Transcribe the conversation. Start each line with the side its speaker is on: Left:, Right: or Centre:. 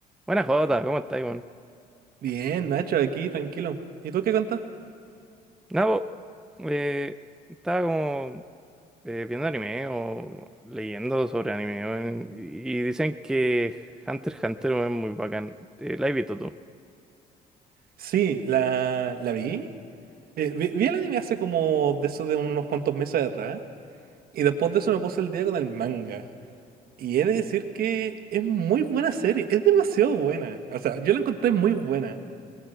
Centre: Buenas Jota, ¿cómo estás, Iván?
Right: Bien, Nacho, aquí, tranquilo. ¿Y tú qué contás?
Centre: Nada, po, eh, estaba como eh, viendo anime o leyendo sobre anime weón, y y dicen que Hunter x Hunter weón, es muy bacán. Eh, ¿la has visto tú?
Right: Sí, la, la vi. Eh, vi. vi el anime hace como de eso de unos cuantos meses atrás. Y después de eso me puse el día con el manga. Y he de decir que es muy buena serie. Es demasiado buena. O sea, yo la encontré muy buena.